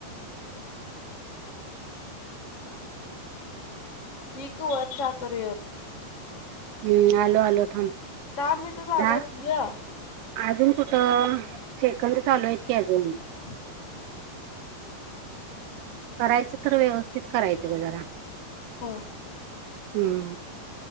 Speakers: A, on the left (about 55°); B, on the right (about 80°).
A: एक वरच्या कर
B: हम्म आलो आलो थांब.
A: दहा मिनिट झाल्यात
B: दा
A: य
B: अजून कुठं सेकंद चालू आहेत की अजून.
A: <inaudible>
B: करायच तर व्यवस्थित करायचं ग जरा.
A: हो
B: हम्म